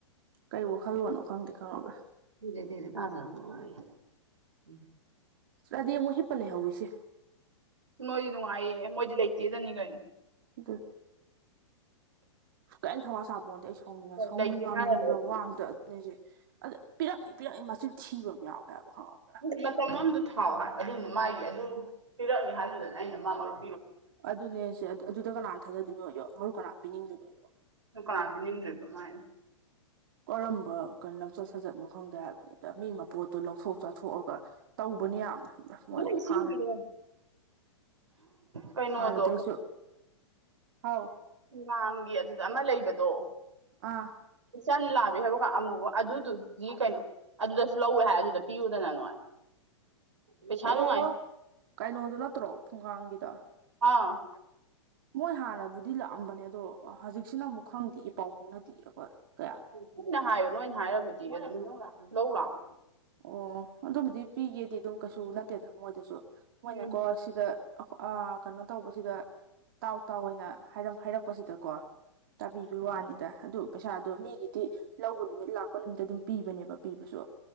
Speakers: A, on the right; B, on the right.
A: ꯀꯩ ꯋꯥꯈꯜꯂꯣꯟꯅꯣ ꯈꯪꯗꯦ ꯈꯪꯉꯕ꯭ꯔꯥ
B: <unintelligible>
A: ꯆꯗꯤ ꯑꯃꯨꯛ ꯍꯤꯞꯄ ꯂꯩꯍꯧꯋꯤꯁꯦ
B: ꯅꯣꯏꯗꯤ ꯅꯨꯡꯉꯥꯏꯌꯦ ꯃꯣꯏꯗꯤ ꯂꯩꯇꯦꯗꯅꯤ ꯀꯩꯅꯣ
A: ꯏꯗꯨꯠꯇꯤ ꯀꯩꯝ ꯊꯧꯋꯥ ꯁꯥꯄꯣꯟꯇꯦ ꯑꯩ ꯁꯥꯎꯅꯤꯡꯉꯦ ꯁꯥꯎꯅꯤꯡꯉꯝꯅꯤ
B: ꯂꯩꯇꯦ ꯍꯥꯏꯔ
A: ꯈꯣꯕ꯭ꯔꯥ
B: ꯂꯣꯏ
A: ꯋꯥ ꯑꯝꯇ ꯅꯦꯁꯦ ꯑꯗ ꯄꯤꯔꯛꯅꯤ ꯄꯤꯔꯛꯅꯤ ꯃꯆꯤꯟ ꯊꯤꯕ ꯑꯃ ꯌꯥꯎꯋꯦ ꯍꯥꯏꯕ ꯈꯪꯉꯕ꯭ꯔꯥ
B: ꯅꯠꯆꯦ ꯃꯇꯝ ꯑꯃꯗ ꯊꯥꯎ ꯍꯥꯏ ꯑꯗꯨꯅ ꯃꯥꯥꯏꯒꯤ ꯑꯗꯨ ꯄꯤꯔꯛꯅꯤ ꯍꯥꯏꯗꯨꯗꯅ ꯑꯩꯅ ꯃꯥꯔꯨꯞ
A: ꯑꯗꯨꯅꯦ ꯁꯦ ꯑꯗꯨꯗ ꯀꯅꯥ ꯊꯥꯖꯗꯣꯏꯅꯣꯌꯣ ꯃꯔꯨꯞ ꯀꯅꯥ ꯄꯤꯅꯤꯡꯗꯣꯏꯅꯣꯌꯣ
B: ꯀꯅꯥꯅ ꯄꯤꯅꯤꯡꯗꯣꯢꯕ ꯃꯥꯥꯏꯅ
A: ꯀꯔꯝꯕ ꯀꯣ ꯂꯝꯆꯠ ꯁꯥꯖꯠꯅꯣ ꯈꯪꯗꯦ ꯍꯥꯏꯕꯅꯤꯗ ꯃꯤ ꯃꯄꯣꯠꯇꯣ ꯂꯧꯊꯣꯛ ꯆꯥꯊꯣꯛꯑꯒ ꯇꯧꯕꯅꯦ ꯌꯥꯝꯅ ꯃꯣꯏ
B: ꯃꯣꯢ ꯁꯤꯒꯤꯅꯦ
A: ꯍꯥꯟꯅ
B: ꯀꯩꯅꯣꯗꯣ
A: ꯍꯥꯟꯅꯗꯩꯁꯨ ꯍꯥꯎ
B: ꯂꯥꯡꯒꯤ ꯑꯗꯨꯗ ꯑꯃ ꯂꯩꯕꯗꯣ
A: ꯑꯥ
B: ꯏꯆꯟ ꯂꯥꯜꯂꯦ ꯍꯥꯏꯕꯀꯥꯟ ꯑꯃꯨꯕ ꯑꯗꯨꯗꯨꯗꯤ ꯀꯩꯅꯣ ꯑꯗꯨꯗꯁꯨ ꯂꯧꯋꯦ ꯍꯥꯏ ꯑꯗꯨꯗ ꯄꯤꯌꯨꯗꯅ ꯅꯣꯏ ꯄꯩꯁꯥ
A: ꯑꯣ
B: ꯅꯨꯡꯉꯥꯏ
A: ꯀꯩꯅꯣꯗꯣ ꯅꯠꯇ꯭ꯔꯣ ꯐꯨꯡꯒꯥꯥꯡꯒꯤꯗꯣ
B: ꯑ
A: ꯃꯣꯏ ꯍꯥꯟꯅꯕꯨꯗꯤ ꯂꯥꯛꯑꯝꯕꯅꯦ ꯑꯗꯣ ꯍꯧꯖꯤꯛꯁꯤꯅ ꯑꯃꯨꯛ ꯈꯪꯗꯤꯌꯦ ꯄꯥꯎ ꯐꯥꯎꯅꯗꯤꯌꯦ ꯑꯩꯈꯣꯏ ꯀꯌꯥ
B: ꯆꯤꯟꯅ ꯍꯥꯏꯌꯣ ꯅꯣꯏꯅ ꯍꯥꯏꯔꯕꯨꯗꯤ ꯑꯗꯨꯝ ꯂꯧ ꯂꯥꯛ
A: ꯑꯣ ꯑꯗꯨꯕꯨꯗꯤ ꯄꯤꯒꯦꯗꯤ ꯑꯗꯨꯝ ꯀꯩꯁꯨ ꯅꯠꯇꯦꯗ ꯃꯣꯏꯗꯁꯨ ꯃꯣꯏꯅꯀꯣ
B: ꯎꯝ
A: ꯁꯤꯗ ꯑ ꯀꯩꯅꯣ ꯇꯧꯕꯁꯤꯗ ꯇꯥꯎ ꯇꯥꯎꯑꯩꯅ ꯍꯥꯏꯔꯛ ꯍꯥꯏꯔꯛꯄꯁꯤꯗꯀꯣ ꯇꯥꯕꯤꯕ ꯋꯥꯅꯤꯗ ꯑꯗꯨ ꯄꯩꯁꯥꯗꯣ ꯃꯤꯒꯤꯗꯤ ꯂꯧꯕ ꯅꯨꯃꯤꯠ ꯂꯥꯛꯄ ꯅꯨꯃꯤꯠꯇ ꯑꯗꯨꯝ ꯄꯤꯕꯅꯦꯕ ꯄꯤꯕꯁꯨ